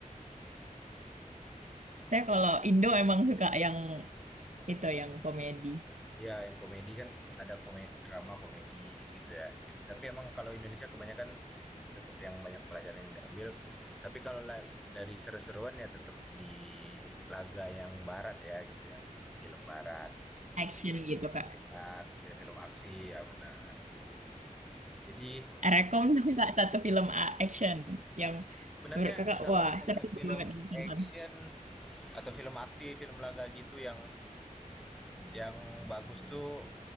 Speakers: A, on the right; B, in the centre.
A: Saya kalau Indo emang suka yang itu yang komedi
B: Ya, yang komedi kan ada komedi drama, komedi, gitu-gitu ya. Tapi emang kalau Indonesia kebanyakan tetap yang banyak pelajaran yang diambil. Tapi kalau la dari seru-seruan ya tetap di laga yang barat ya gitu, yang film barat gitu-gitu.
A: action gitu Kak.
B: Ya, film-film aksi ya benar. Jadi
A: Rekom dong nggak satu film uh, action yang
B: sebenarnya
A: menurut kakak
B: kalau
A: wah
B: film-film
A: seru banget nih ditonton.
B: action atau film aksi, film laga gitu yang Yang bagus tuh